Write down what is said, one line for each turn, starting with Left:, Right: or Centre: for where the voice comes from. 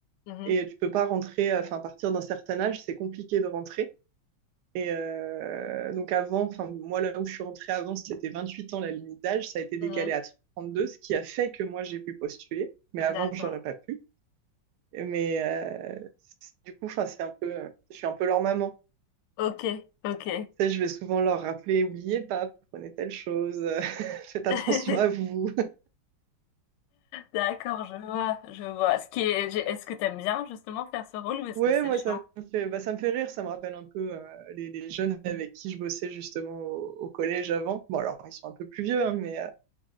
Left: Mhm,
Right: Et tu peux pas rentrer, euh, enfin, à partir d'un certain âge, c'est compliqué de rentrer. Et euh, donc avant, enfin, moi, là où je suis rentrée avant, c'était 28 ans la limite d'âge. Ça a été décalé
Left: mhm.
Right: à 32, ce qui a fait que moi, j'ai pu postuler. Mais avant,
Left: D'accord.
Right: j'aurais pas pu. Mais euh, du coup, enfin, c'est un peu, euh, je suis un peu leur maman.
Left: Ok, ok.
Right: Tu sais, je vais souvent leur rappeler, oubliez pas, prenez telle chose, <laughs> faites
Left: <laughs>
Right: attention à vous.
Left: D'accord, je vois, je vois. Ce qui est, j'ai- est-ce que t'aimes bien justement faire ce rôle ou est-ce
Right: Ouais,
Left: que c'est
Right: moi,
Left: chiant?
Right: ça me fait, bah, ça me fait rire, ça me rappelle un peu euh, les, les jeunes avec qui je bossais justement au, au collège avant. Bon, alors, ils sont un peu plus vieux, hein, mais, euh,